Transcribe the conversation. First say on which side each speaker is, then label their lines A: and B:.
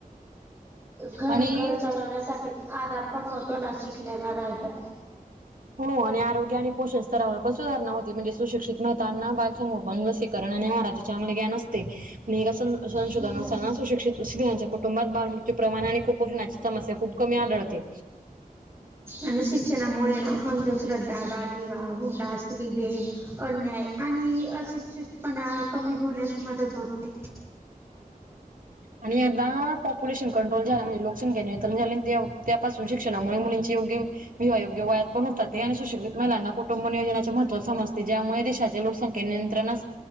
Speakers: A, on the right (about 15°); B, on the right (about 65°).
A: घर-घर
B: आणि
A: चालवण्यासाठी आधार पण होतो ना, शिकलेला राहिल तर.
B: हो आणि आरोग्य आणि पोषण स्तरावर पण सुधारणा होती. म्हणजे सुशिक्षित महितांना बाय संगोपन लसीकरण, आणि माराचे चांगले ग्यान असते, मी एक असण संशोधना
A: हम्म.
B: अस्ताना सुशिक्षित स्त्रियांच्या कुटुंबात बालमृत्यू प्रमाण आणि, कुपोषणाची समस्या खूप कमी आढळते.
A: आणि शिक्षणामुळे ना अंधश्रद्धा, बालविवाह, हुंडा, स्त्रीभेद अन्याय, आणि अशिक्षितपणा कमी होण्यास मदत होते.
B: आणि आता पॉप्युलेशन कंट्रोल झाला, म्हणजे लोकसंख्याे निंत्रण झालं आणि त्या त्यापासून शिक्षणामुळे मुलींचे योग्य विवाह योग्य वयात पण होतात, ते आणि सुशिक्षित महिलांना कुटुंब नियोजनाचे महत्व समजते. ज्यामुळे देशाचे लोकसं- संख्या नियंत्रणास